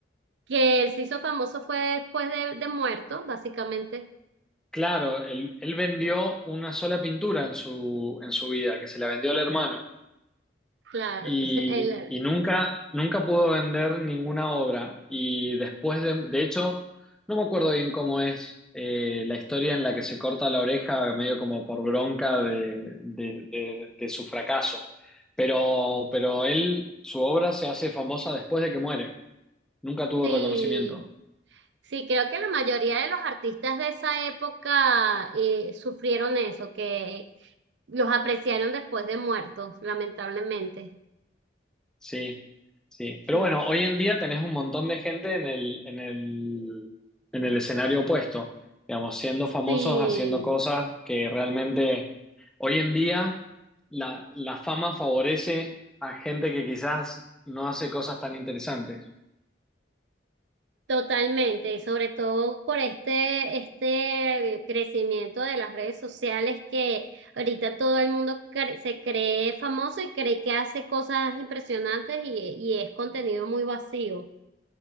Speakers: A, on the right; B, in the centre.
A: que él se hizo famoso fue después de, de muerto, básicamente.
B: Claro, él, él vendió una sola pintura en su, en su vida, que se la vendió al hermano.
A: Claro,
B: y,
A: <laughs> él-
B: y nunca, nunca pudo vender ninguna obra. Y después de, de hecho, no me acuerdo bien cómo es eh, la historia en la que se corta la oreja, medio como por bronca de, de- de- de su fracaso. Pero, pero él, su obra se hace famosa después de que muere. Nunca tuvo
A: sí,
B: reconocimiento.
A: sí, creo que la mayoría de los artistas de esa época eh, sufrieron eso, que los apreciaron después de muertos, lamentablemente.
B: Sí, sí. Pero
A: <laughs>
B: bueno, hoy en día tenés un montón de gente en el, en el, en el escenario opuesto, digamos, siendo famosos,
A: Sí.
B: haciendo cosas que realmente hoy en día la, la fama favorece a gente que quizás no hace cosas tan interesantes.
A: Totalmente, y sobre todo por este, este crecimiento de las redes sociales que ahorita todo el mundo cre- se cree famoso y cree que hace cosas impresionantes y, y es contenido muy vacío.